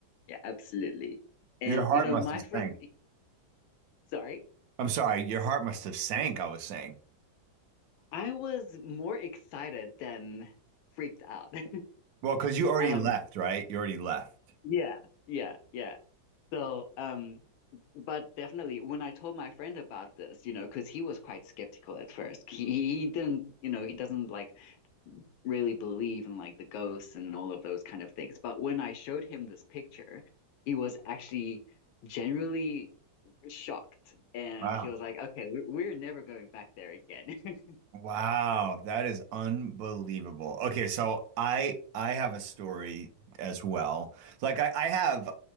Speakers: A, on the left (about 90°); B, on the right (about 65°).
A: yeah, absolutely. And
B: Your heart
A: you know,
B: must
A: my
B: have sank.
A: friend, sorry,
B: I'm sorry, your heart must have sank, I was saying.
A: I was more excited than freaked out. <laughs>
B: Well, because you already
A: Um,
B: left, right? You already left.
A: yeah, yeah, yeah. So, um, but definitely when I told my friend about this, you know, because he was quite skeptical at first. He, he didn't, you know, he doesn't like really believe in like the ghosts and all of those kind of things. But when I showed him this picture, he was actually generally shocked. And
B: Wow.
A: he was like, okay, we- we're never going back there again. <laughs>
B: Wow, that is unbelievable. Okay, so I I have a story as well. Like I, I have